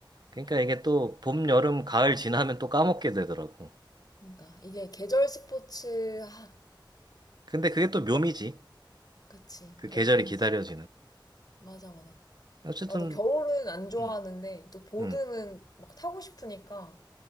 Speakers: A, on the right; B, on the left.
A: 그러니까 이게 또 봄, 여름, 가을 지나면 또 까먹게 되더라고.
B: 그러니까 이게 계절 스포츠 아,
A: 근데 그게 또 묘미지.
B: 그, 그치
A: 그
B: 그렇긴
A: 계절이 기다려지는.
B: 하지 맞아 맞아
A: 어쨌든,
B: 나도 겨울은 안 좋아하는데
A: 음,
B: 또 보드는
A: 음.
B: 막 타고 싶으니까